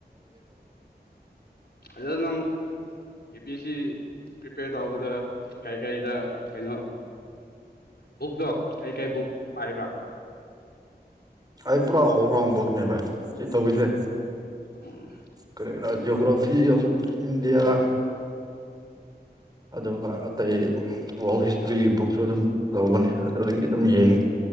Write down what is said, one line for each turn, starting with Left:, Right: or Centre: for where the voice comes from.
Left: ꯑꯗꯨꯪ ꯌꯕꯤꯁꯤ ꯄ꯭ꯔꯤꯄꯦꯌꯔ ꯇꯧꯕꯗ ꯀꯩ ꯀꯔꯤꯗ ꯀꯩꯅꯣ ꯕꯨꯛꯇꯛꯇꯣ ꯀꯩ ꯀꯩ ꯕꯨꯛ ꯄꯥꯏꯕ꯭ꯔꯥ
Right: ꯑꯩ ꯄꯨꯔꯥ ꯑꯣꯜ ꯔꯥꯎꯟꯐꯧꯅꯦ ꯚꯥꯏ ꯁꯤ ꯇꯧꯔꯤꯁꯦ
Left: ꯎꯝ
Right: ꯀꯔꯦꯔꯥ ꯑꯣꯒ꯭ꯔꯣꯐꯤ ꯑꯣꯐ ꯏꯟꯗꯤꯌꯥ ꯑꯗꯨꯒ ꯑꯇꯩ ꯋꯥꯔꯜ ꯍꯤꯁꯇ꯭ꯔꯤꯒꯤ ꯕꯨꯛꯁꯨ ꯑꯗꯨꯝ ꯂꯧꯕꯅꯤ ꯑꯗꯨꯗꯒꯤ ꯑꯗꯨꯝ ꯌꯦꯡꯉꯤ